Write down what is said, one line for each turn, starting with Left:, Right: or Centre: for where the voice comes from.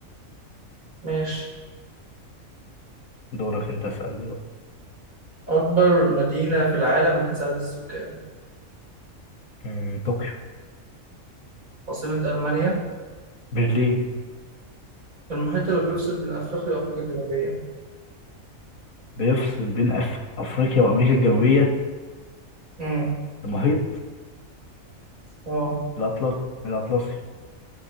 Right: ماشي
Left: دورك أنت اسألني بقى
Right: أكبر مدينة في العالم من حيث عدد السكان
Left: مم، طوكيو
Right: عاصمة ألمانيا
Left: برلين
Right: المحيط اللي بيفصل بين أفريقيا وأمريكا الجنوبية
Left: بيفصل بين أف... أفريقيا وأمريكا الجنوبية
Right: امم
Left: المحيط
Right: اه
Left: الأطلنطي الأطلسي